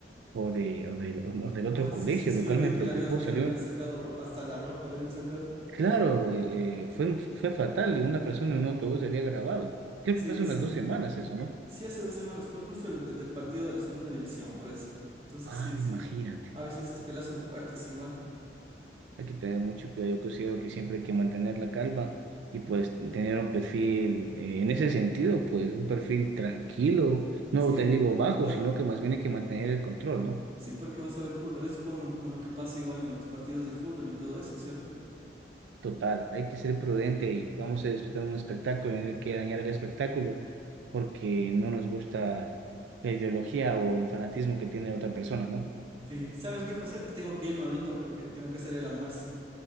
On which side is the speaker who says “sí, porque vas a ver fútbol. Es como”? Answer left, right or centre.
Right